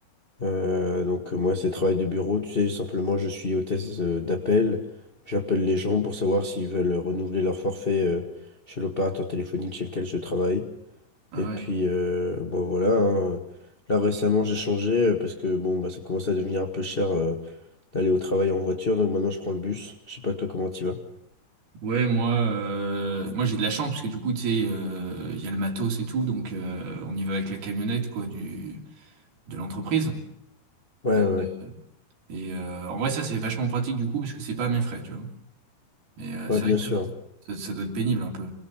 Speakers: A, on the left; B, on the right.
A: euh, donc euh, moi, c'est travail de bureau, tu sais, simplement, je suis hôtesse euh, d'appel. J'appelle les gens pour savoir s'ils veulent euh, renouveler leur forfait euh, chez l'opérateur téléphonique chez lequel je travaille.
B: Ah
A: Et puis,
B: ouais.
A: euh, bon voilà. hein. Là, récemment, j'ai changé euh, parce que bon, bah, ça commence à devenir un peu cher. euh, d'aller au travail en voiture, donc maintenant je prends le bus. Je sais pas toi comment tu vas.
B: Ouais, moi, euh, moi j'ai de la chance parce que du coup, tu sais, euh, il y a le matos et tout, donc euh, on y va avec la camionnette quoi du de l'entreprise.
A: Ouais,
B: Euh,
A: ouais, ouais,
B: et euh, en vrai, ça c'est vachement pratique du coup parce que c'est pas à mes frais, tu vois. Mais euh,
A: Ouais,
B: c'est
A: bien
B: vrai que
A: sûr.
B: toi, ça, ça doit être pénible un peu.